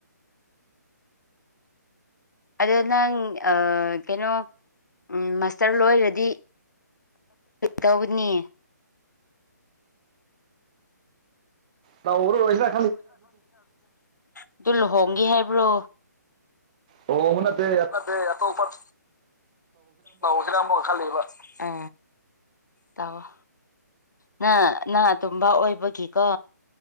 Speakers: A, on the left (about 75°); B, on the right (about 25°).
A: ꯑꯗꯣ ꯅꯪ ꯀꯩꯅꯣ ꯃꯥꯁꯇꯔ ꯂꯣꯏꯔꯗꯤ ꯇꯧꯅꯤ
B: ꯔ ꯑꯣꯏꯣꯏꯁ
A: ꯑꯗꯨ ꯂꯨꯍꯣꯡꯒꯦ ꯍꯥꯏꯕ꯭ꯔꯣ
B: ꯑꯣꯅꯥꯗ
A: ꯅ ꯑꯇꯣꯔ ꯂꯧꯁꯤꯅ ꯑꯃꯨꯛ ꯈꯜꯂꯤꯕ ꯎ ꯇꯥꯑꯣꯣ ꯅ ꯅꯅꯥ ꯇꯨꯝꯕ ꯑꯣꯏꯕꯒꯤꯀꯣ